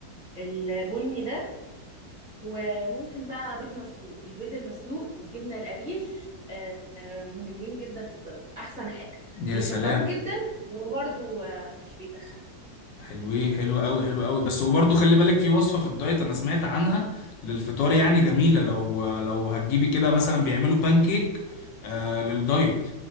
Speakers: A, on the right; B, on the left.
A: البني ده وممكن بقى بيض مسلوق البيض المسلوق والجبنة القريش آه، آه، مهمين جدا في الدايت احسن حاجة
B: يا
A: بيشبعوك
B: سلام
A: جدا وبرضو آه، مش بيتخن
B: حلوين حلو قوي حلو قوي بس وبرضه خلي بالك في وصفة في الدايت انا سمعت عنها للفطار يعني جميلة لو لو هتجيبي كده مثلا بيعملوا بانكيك آه للدايت